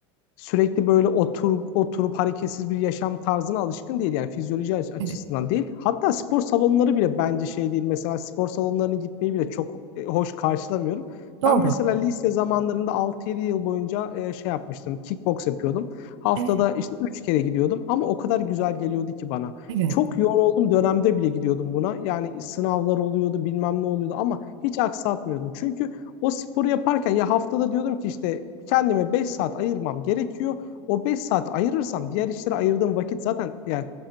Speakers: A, on the left (about 60°); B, on the right (about 80°).
A: sürekli böyle otur, oturup hareketsiz bir yaşam tarzına alışkın değil. Yani fizyoloji aç- açısından
B: evet.
A: değil. Hatta spor salonları bile bence şey değil. Mesela spor salonlarına gitmeyi bile çok e, hoş karşılamıyorum.
B: Doğru.
A: Ben mesela lise zamanlarında altı yedi yıl boyunca e, şey yapmıştım. Kickbox yapıyordum. Haftada
B: Evet,
A: işte 3 kere gidiyordum ama o kadar güzel geliyordu ki bana.
B: evet.
A: Çok yoğun olduğum dönemde bile gidiyordum buna. Yani sınavlar oluyordu, bilmem ne oluyordu ama hiç aksatmıyordum. Çünkü o sporu yaparken ya haftada diyordum ki işte kendime 5 saat ayırmam gerekiyor. O 5 saat ayırırsam diğer işlere ayırdığım vakit zaten yani